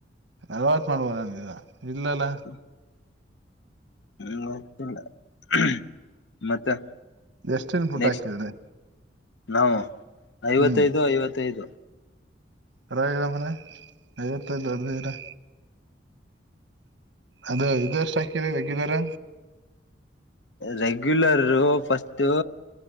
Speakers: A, on the right; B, on the left.
A: ನಲ್ತ್ವತ್ತ ಮಾಡ್ಬೋದಂದಿದ್ ಇಲ್ಲಲ್ಲ
B: <inaudible> <unintelligible> ಮತ್ತೆ
A: ಎಷ್ಟ್ ಇನ್ ಪುಟ್ಟ
B: ನೆಕ್ಸ್ಟ್
A: ಹಾಕಿದ್ರಿ
B: ನಾವು ಐವತ್ತೈದು
A: ಹ್ಮ್
B: ಐವತ್ತೈದು.
A: ಪರವಾಗಿರ ಅಂದ್ರೆ <inaudible> ಐವತೈದು ದೊಡ್ಡದ ಇದ್ರೆ. ಅದ ಇದು ಇಷ್ಟ ಹಾಕಿರಿ ರೆಗ್ಯುಲರ್
B: ರೆಗ್ಯುಲರ್ ಫಸ್ಟ್